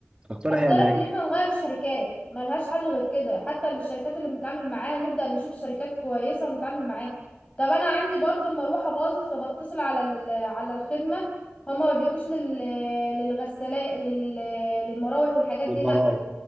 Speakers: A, on the right; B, on the left.
A: تقترح
B: اقترح
A: يعني
B: ان احنا نغير الشركات ملهاش حل غير كده حتى الشركات اللي بنتعامل معاها نبدأ نشوف شركات كويسة ونتعامل معاها طب انا عندي برضو المروحة باظت فبتصل على ال- على الخدمة هما ما بيجوش لل للغسالة لل للمراوح والحاجات
A: بالمرأة
B: دي لا